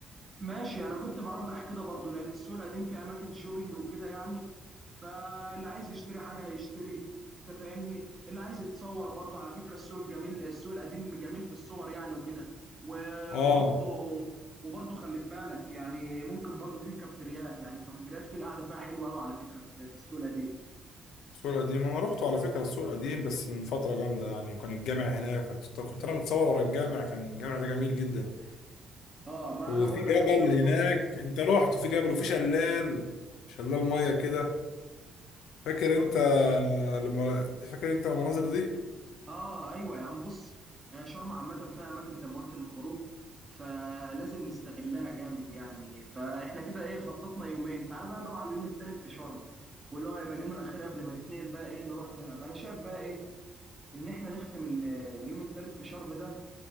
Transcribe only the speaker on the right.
ماشي انا كنت برجح كده برضو لان السوق القديم فيه اماكن شوبينج وكده يعني فاللي عايز يشتري حاجه هيشتري انت فاهمني اللي عايز يتصور برضو على فكره السوق الجميل السوق القديم جميل في الصور يعني وكده وبرضو
وبرضو خلي بالك يعني ممكن برضو فيه كافيتريات يعني الكافيتريات فيه القعده فيها حلوه قوي على فكره في في السوق القديم
اه ما
انا بقول
لك انا شايف
برضو ايه
ما
اه ايوه يا عم بص آه، شرم عامه فيها اماكن زي ما قلت للخروج فلازم نستغلها جامد يعني فاحنا كده ايه خططنا يومين تعال بقى نروح على اليوم التالت في شرم واللي هو هيبقى اليوم الاخير قبل ما نتنقل بقى ايه نروح دهب انا شايف بقى ايه ان احنا نختم ال- اليوم التالت في شرم ده